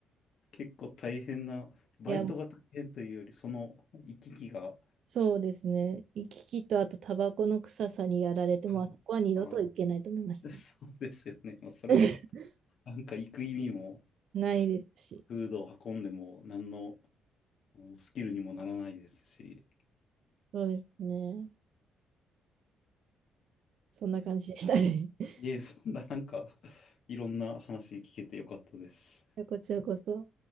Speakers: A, on the left (about 60°); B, on the right (about 65°).
A: 結構大変な、バイトが大変というより、
B: いや、
A: その行き来が、
B: そうですね。行き来とあとタバコの臭さにやられて、
A: はい。
B: もうあそこは二度と行けないと思いましたね。
A: あ、そうですよね。もうそれは、
B: <laughs>
A: なんか行く意味も、
B: ないですし。
A: フードを運んでも、何のうんスキルにもならないですし、
B: そうですね。そんな感じでしたね。<laughs>
A: いえ、そんななんか、いろんな話聞けてよかったです。
B: こちらこそ。